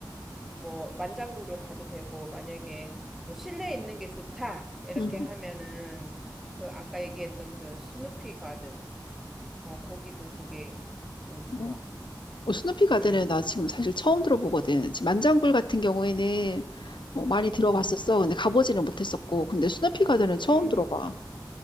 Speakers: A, in the centre; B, on the left.
A: 뭐 만장굴을 가도 되고 만약에 뭐 실내에 있는 게 좋다 이렇게
B: 음.
A: 하면은 그 아까 얘기했던 그 스누피 가든 어 거기도 되게 어, 좋아.
B: 뭐, 어, 스누피 가든은
A: 음.
B: 나 지금 사실 처음 들어보거든. 지금 만장굴 같은 경우에는 어, 많이
A: 음.
B: 들어봤었어. 근데 가보지는 못했었고. 근데 스누피 가든은 처음
A: 음.
B: 들어봐.